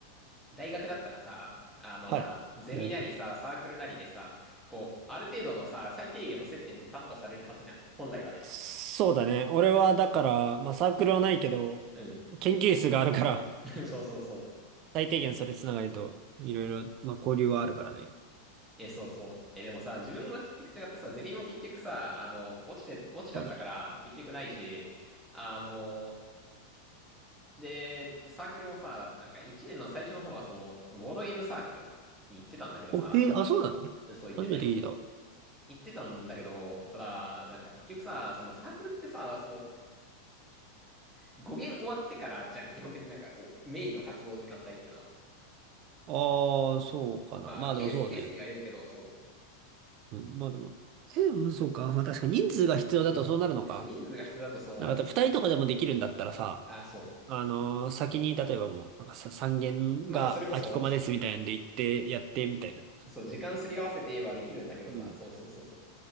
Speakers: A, in the centre; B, on the right.
A: 大学だったらさ、あの、
B: はい。
A: まあ、ゼミなりさ、
B: 大学
A: サークルなりでさ、こう、ある程度のさ、最低限の接点って担保されるはずじゃん。本来はね。
B: そうだね。俺は、だから、まあ、サークルはないけど、
A: うん。
B: 研究室があるから、
A: <laughs> そうそうそう。
B: <laughs> 最低限それつながりと、いろいろ、まあ、交流はあるからね。
A: え、そうそう。え、でもさ、自分は結局違ってさ、ゼミも結局さ、あの、落ちて、落ちちゃったから、
B: そうだね。
A: 結局ないし、あの、で、サークルもさ、なんか一年の最初の方は、その、ボードゲームサークルに行ってたんだけどさ、
B: お、へえ、あ、そうなの
A: そう、行ってた、
B: 初めて聞いた。
A: 行ってた。行ってたんだけど、ただ、なんか結局さ、そのサークルってさ、その、語源終わってからじゃん、基本的になんかこう、メインの活動時間帯ってのは。
B: ああ、そうかな。
A: まあ、
B: まあでもそうね。
A: ケース、ケースにはよるけど、その、
B: うん、まあでも。え、うん、そうか。まあ確かに人数が必要だとそうなるのか。
A: え、そう、人数が必要だとそうなるね。
B: なんか二人とかでもできるんだったらさ、
A: あ、そ
B: あのー先に例えばもう、なんかさ、三限が空きコマですみたいなんで行ってやってみたいな。
A: う。まあ、それこそ、そう、時間すり合わせてはできるんだけどさ、
B: うん。
A: そうそうそうそう。